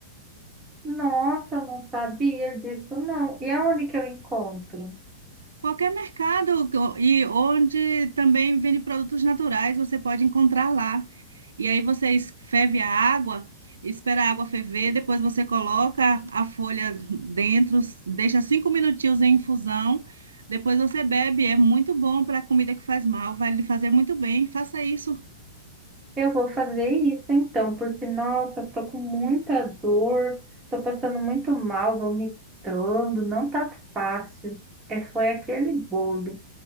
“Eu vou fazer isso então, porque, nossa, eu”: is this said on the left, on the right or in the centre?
Right